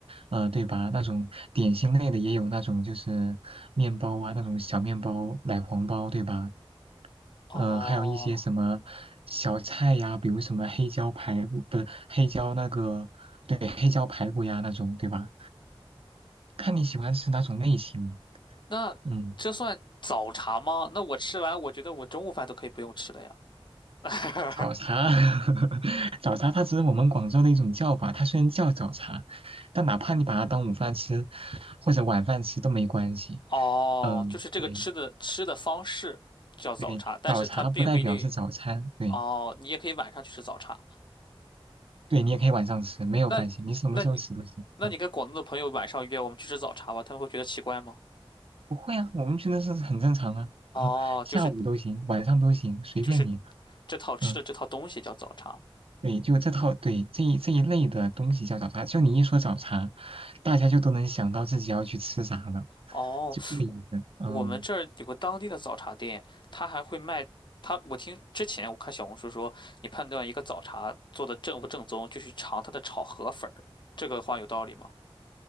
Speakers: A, on the right; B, on the left.
A: 呃，对吧？那种点心类的也有那种就是面包啊，那种小面包、奶黄包，对吧？
B: 哦，
A: 呃，还有一些什么小菜呀，比如什么黑椒排骨，不是黑椒那个，对，黑椒排骨呀那种，对吧？看你喜欢吃哪种类型。
B: 那这算早茶吗？
A: 嗯。
B: 那我吃完，我觉得我中午饭都可以不用吃了呀。<laughs>
A: 早茶，<laughs> 早茶它只是我们广州的一种叫法，它虽然叫早茶，但哪怕你把它当午饭吃或者晚饭吃都没关系。
B: 哦，
A: 嗯，
B: 就是这个吃的吃的方式叫早茶，
A: 对对，
B: 但是它并不一定。
A: 早茶不代表是早餐，对
B: 哦，你也可以晚上去吃早茶。
A: 对，你也可以晚上吃，没有关系，
B: 那，
A: 你什么时候吃都行。
B: 那你，那你跟广东的朋友晚上约我们去吃早茶吧，
A: 嗯，
B: 他们会觉得奇怪吗？
A: 不会啊，我们觉得是很正常啊，
B: 哦，
A: <laughs> 下午都行，
B: 就是
A: 晚上都行，随便你。
B: 就是这套吃的这套东西叫早茶。
A: 嗯。对，就这套，对，这一这一类的东西叫早茶。就你一说早茶，大家就都能想到自己要去吃啥了，
B: 哦，
A: 就这个意思。嗯，
B: 我们这儿有个当地的早茶店，他还会卖。他，我听之前我看小红书说，你判断一个早茶做的正不正宗，就去尝它的炒河粉儿。这个话有道理吗？